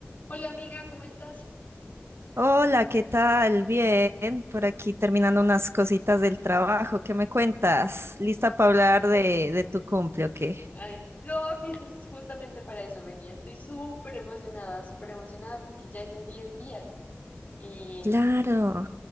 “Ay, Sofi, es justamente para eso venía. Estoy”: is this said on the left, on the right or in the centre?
Left